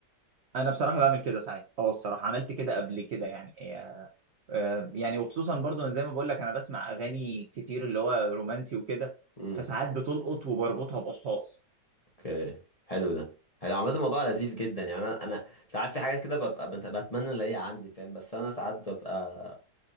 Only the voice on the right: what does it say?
انا بصراحه بعمل كده ساعات اه الصراحه عملت كده قبل كده يعني آه، آه، يعني وخصوصا برضو زي ما بقول لك انا بسمع اغاني كتير اللي هو رومانسي وكده
فساعات بتلقط وبربطها باشخاص